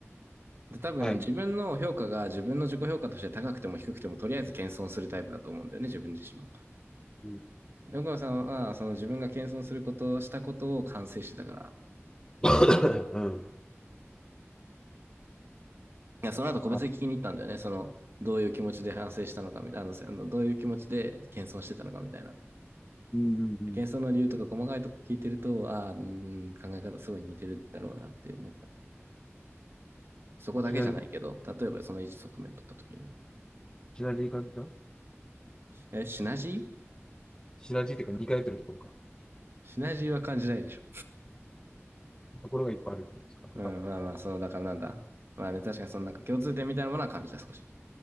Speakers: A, on the right (about 55°); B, on the left (about 15°).
A: で多分自分の評価が自分の自己評価として高くても低くてもとりあえず謙遜するタイプだと思うんだよね、
B: はい。
A: 自分自身も。
B: うん。
A: 奥野さんはその自分が謙遜すること、したことを反省してたから、
B: <coughs> うん
A: いや、その後個別に聞きに行ったんだよね。
B: あ
A: その、どういう気持ちで反省したのかみたいな、あののどういう気持ちで謙遜してたのかみたいな。
B: うんうんうん。
A: 謙遜の理由とか細かいとこ聞いてると、ああ、うーん、考え方すごい似てるだろうなって思った。そこだけじゃないけど、
B: シナジー、
A: 例えばその一側面取った時に。
B: シナジー感じだ
A: え、シナジー
B: シナジーっていうか2回ってるところか。
A: シナジーは感じないでしょ。
B: ところがいっぱいあるってことですかあとね
A: うん、まあまあ、その、だからなんだ。まあね、確かにそのなんか共通点みたいなものは感じた、少し。